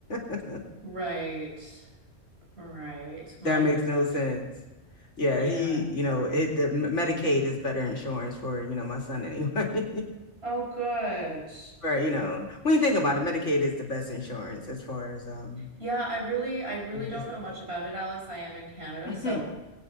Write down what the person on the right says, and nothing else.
Right. Right. My
goodness.
Yeah.
Oh, good.
Yeah, I really I really
don't
know much about it, Alice. I am in Canada,
so